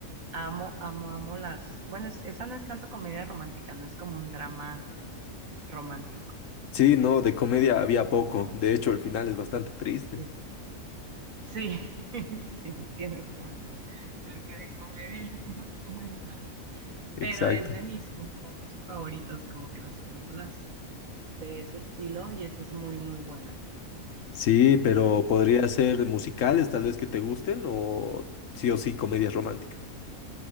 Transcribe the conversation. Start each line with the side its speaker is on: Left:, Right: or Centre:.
Right: Amo, amo, amo las. Bueno, es- esa no es tanto comedia romántica, no es como un drama romántico.
Left: Sí, no, de comedia había poco, de hecho el final es bastante triste.
Right: Sí, sí, <laughs> sí, tienes razón. Creo que de comedia <laughs> no tiene nada.
Left: Exacto.
Right: Pero es de mis géneros favoritos, como que las películas de ese estilo, y esa es muy, muy buena.
Left: Sí, pero podría ser musicales tal vez que te gusten o sí o sí comedias románticas.